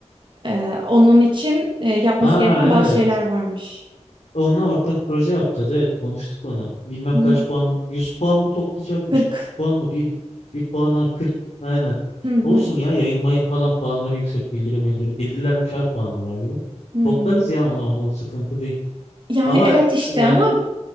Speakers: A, on the right (about 45°); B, on the left (about 65°).
A: E, onun için e, yapması
B: ha
A: gereken
B: evet.
A: bazı şeyler varmış.
B: Onunla ortak proje yapacağız. Evet konuştuk onu. Bilmem
A: Hı.
B: kaç puan 100 puan mı toplayacakmış
A: 40.
B: 40 puan mı bir, bir puana 40, aynen.
A: Hı hı.
B: Olsun ya yayın mayın falan puanları yüksek bildirim bildirim. Bildiriler 3'er puandı galiba.
A: Hı.
B: Toplarız ya ona onu sıkıntı değil.
A: Yani
B: Ama
A: evet
B: e,
A: işte
B: yani
A: ama